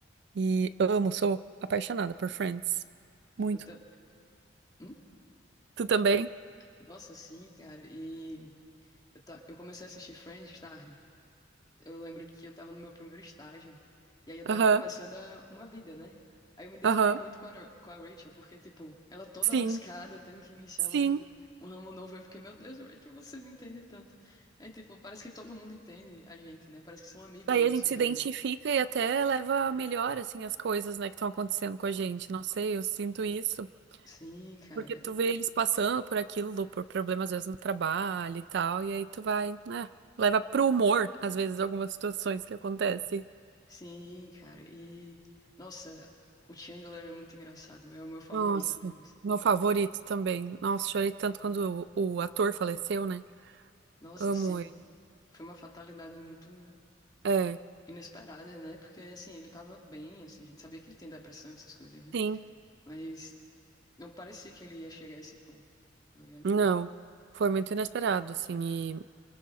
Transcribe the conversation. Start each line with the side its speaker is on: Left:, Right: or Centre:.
Right: E amo, sou apaixonada por Friends. Muito.
Left: Eu tô. Hum?
Right: Tu também?
Left: Nossa, sim, cara. E eu, tá... eu comecei a assistir Friends tarde. Eu lembro que eu tava no meu primeiro estágio. E aí eu tava
Right: Aham,
Left: começando a- uma vida, né? Aí eu me identifiquei
Right: aham.
Left: muito com a, Ra- com a Rachel, porque, tipo, ela toda
Right: Sim,
Left: lascada, tendo que iniciar
Right: sim.
Left: um, um ramo novo. Eu fiquei, meu Deus, Rachel, você me entende tanto. Aí, tipo, parece que todo mundo entende a gente, né? Parece que são amigos
Right: Daí
Left: nossos,
Right: a gente se
Left: realmente.
Right: identifica e até leva a melhor, assim, as coisas, né, que estão acontecendo com a gente. Não sei, eu sinto isso.
Left: Sim, cara.
Right: Porque tu vê eles passando por aquilo, por problemas às vezes no trabalho e tal, e aí tu vai, né, leva pro humor, às vezes, algumas situações que acontecem.
Left: Sim, cara. E, nossa, o Chandler é muito engraçado. É o meu favorito
Right: Nossa,
Left: deles.
Right: meu favorito também. Nossa, chorei tanto quando o, o ator faleceu, né?
Left: Nossa,
Right: Amo
Left: sim.
Right: ele.
Left: Foi uma fatalidade muito.
Right: É,
Left: inesperada, né? Porque assim, ele tava bem, assim, a gente sabia que ele tem depressão, essas coisas, né?
Right: sim,
Left: Mas não parecia que ele ia chegar a esse ponto, tá ligado?
Right: não. Foi muito inesperado, assim, e